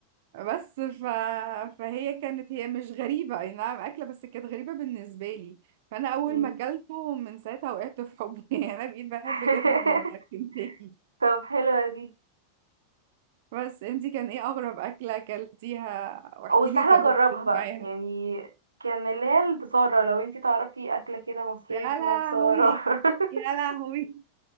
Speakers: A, on the right; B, on the right.
A: بس ف... فهي كانت هي مش غريبه اي نعم اكله بس كانت غريبه بالنسبه لي فانا اول
B: مم.
A: ما اكلته من ساعتها وقعت في حبه <laughs> يعني انا بقيت بحب
B: <laughs>
A: جدا الكنتاكي
B: طب حلوة دي
A: بس انتي كان ايه اغرب اكلة اكلتيها واحكي
B: او سهلة
A: لي تجربتك
B: اجربها بقى
A: معاها
B: يعني كان اللي هي البصارة لو انتي تعرفي اكلة كده مصرية
A: يا لهوي
B: اسمها بصارة <laughs>
A: يا لهوي